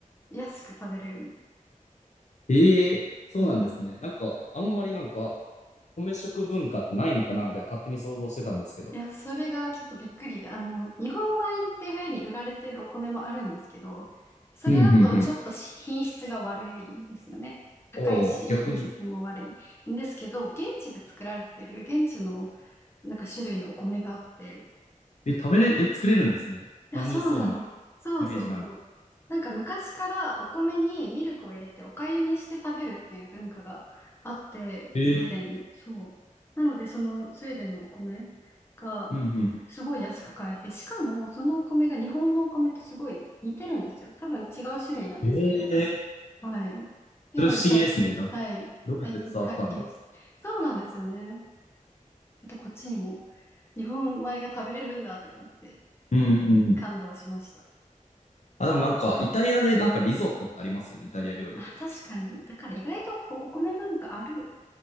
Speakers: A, on the left (about 20°); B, on the left (about 60°).
A: 安く食べれる。
B: ええそうなんですね。
A: うん。
B: なんか、あんまりなんか、米食文化ってないのかなみたいな勝手に想像してたんですけど。
A: いや、それがちょっとびっくりで、あの、日本米っていうふうに売られてるお米もあるんですけど、それだとちょっと品質が悪いんですよね。
B: うん、うん、うん。
A: 高いし、
B: おお、逆に。
A: 品質も悪いんですけど、現地で作られてる現地のなんか種類のお米があって、
B: え、食べれ、え、作れるんですね。
A: いや、
B: 寒そうな
A: そうなんだ。そうそうそう。
B: イメージなんです。
A: なんか昔からお米にミルクを入れてお粥にして食べるっていう文化があって、
B: ええ
A: スウェーデンに。そう。なので、そのスウェーデンのお米がすごい安く買えて、
B: うん、うん、
A: しかもそのお米が日本のお米とすごい似てるんですよ。多分違う種類なんですけど。
B: うん。ええ
A: はい。っていうのに最近、
B: それ不思議ですね。なんか、
A: はい。
B: どうやって伝わったんだろ
A: 最近発見し、そうなんですよね。えっと、こっちにも日本米が食べれるんだとか思って
B: う。うん、うん、うん。
A: 感動しました。
B: あ、でもなんか、イタリアでなんかリゾットってありますよね。イタリア料理で。
A: あ、確かに。だから意外とおお米文化ある